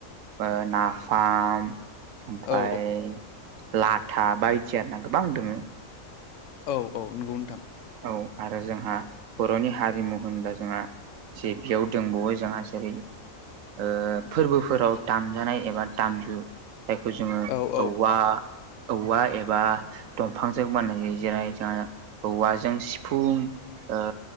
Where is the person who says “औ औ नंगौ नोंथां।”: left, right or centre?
Left